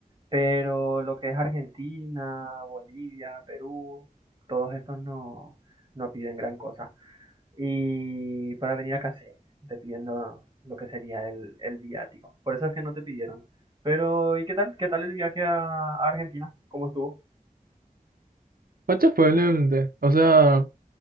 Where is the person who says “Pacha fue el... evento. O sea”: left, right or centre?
Right